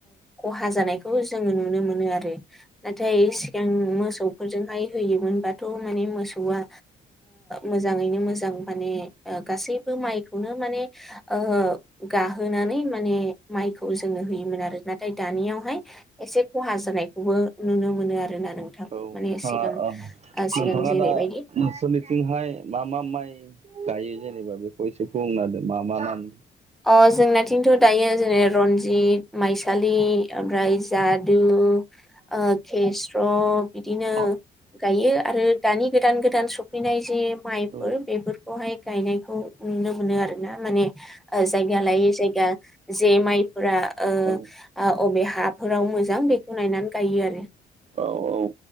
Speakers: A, in the centre; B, on the right (about 35°).
A: खहा जानायखौ जोङो नुनो मोनो आरो। नाथाय सिगां मोसौ मोसौफोरजोंहाय होयोमोनबाथ माने मोसौआ मोजाङैनो मोजां माने गासैबो माइखौनो माने ओ गाहोनानै माने माइखौ जोङो होयोमोन आरो नाथाय दानियाव एसे खहा जानायखौबो नुनो मोनो आरोना नोंथां।
B: औ
A: माने
B: नोंथाङा
A: सिगां
B: ओ
A: ओ सिगां
B: नोंथाङा
A: जेरैबायदि
B: दा नों सोरोरनिथिंहाय मा मा माइ गायो जेनेबा बेखौ एसे बुंना होदो मा मा नाम
A: अ जोंनाथिंथ दायो जेरै रनजित माइसालि ओमफ्राय जादु ओ केेस्र बिदिनो
B: औ
A: गायो आरो दानि गोदान गोदान सफैनाय जे माइफोर
B: औ
A: बेफोरखौहाय गायनायखौ नुनो मोनो आरो ना माने ओ जायगा लायै जायगा जे माइफोरा ओ
B: औ
A: ओ अबे हाफोराव मोजां बेखौ नायनानै गायो आरो ना।
B: औ औ